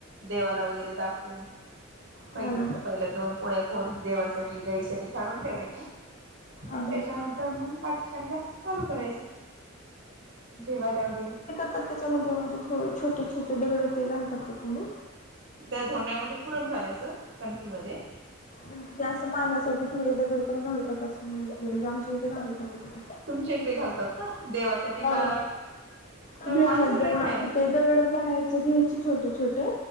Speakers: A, on the right; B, on the left.
A: देवाला वगैरे दाखवून पहिली
B: हा ना
A: पहिल्या दोन पोळ्या पोरन देवासाठी, गाईसाठी काढून ठेवायचे आणि
B: हा ह
A: त्याच्यानंतर मग बाकीच्याला चालू करायचे जेवायला वगैरे
B: तर त्याच्यामध्ये म्हणजे थोड छोटे-छोटे दगड ते घालतात का तुम्ही
A: धोड्यांमध्ये पुरण घालायच कणकीमध्ये
B: म्हणजे त्या असं मानासाठी थोडे दगड पण घालतात. तसं माहित नाही म्हणजे इथे घाल. <unintelligible>
A: तुमच्या इकडे घालतात का? देवासाठी
B: हा
A: का
B: सगळ्यांना
A: माणसांना
B: ज्यांना
A: खायला
B: ते दगडं बाहेरचा घेयय चे छोटे छोटे